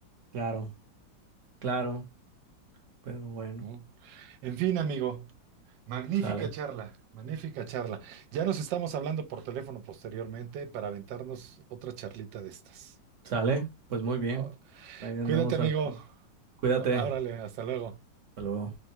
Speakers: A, on the right; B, on the right.
A: Claro, claro, pero bueno,
B: ¿no? En fin, amigo. Magnífica
A: sale,
B: charla, magnífica charla. Ya nos estamos hablando por teléfono posteriormente para aventarnos otra charlita de estas.
A: sale, pues muy bien.
B: Oh,
A: Ahí andamos
B: cuídate, amigo.
A: al... pendiente. Cuídate.
B: Oh, órale, hasta luego.
A: Hasta luego.